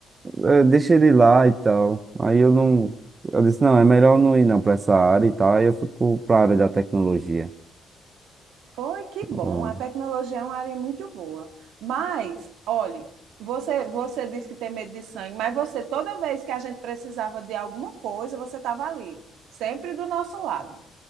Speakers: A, on the right; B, on the right.
A: é, deixa ele lá e tal. Aí eu não, eu disse, não, é melhor eu não ir não pra essa área e tal. Aí eu fui pro, pra área da tecnologia.
B: Foi que bom,
A: Hum.
B: a tecnologia é uma área muito boa. Mas, olhe, você, você disse que tem medo de sangue, mas você, toda vez que a gente precisava de alguma coisa, você estava ali, sempre do nosso lado.